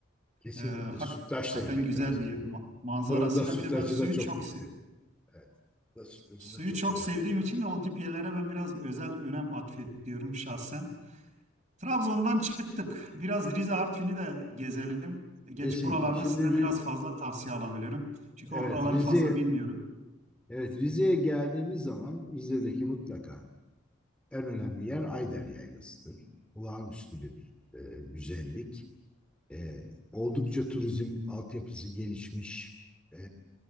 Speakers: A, in the centre; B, on the right (about 35°).
A: Kesinlikle
B: Ee, hakikaten
A: sütlaç da yemek
B: güzel
A: lazım
B: bir yer
A: yani.
B: ma- manzarasıyla.
A: Fırında sütlacı
B: Bir de ben suyu
A: da çok
B: çok
A: iyi.
B: se-
A: Evet, evet. Fırında sütlacı
B: suyu
A: da çok
B: çok
A: güzeldir.
B: sevdiğim için de o tip yerlere ben biraz özel önem atfediyorum şahsen. Trabzon'dan çıktık. Biraz Rize Artvin'i de gezelim. Geç
A: Kesinlikle.
B: buralarda
A: Şimdi
B: sizden
A: Ri-
B: biraz fazla tavsiye alabilirim. Çünkü
A: evet
B: oraları
A: Rize
B: fazla bilmiyorum.
A: evet Rize'ye geldiğimiz zaman Rize'deki mutlaka en önemli yer Ayder Yaylası'dır. Olağanüstü bir e, güzellik. E, oldukça turizm altyapısı gelişmiş. E,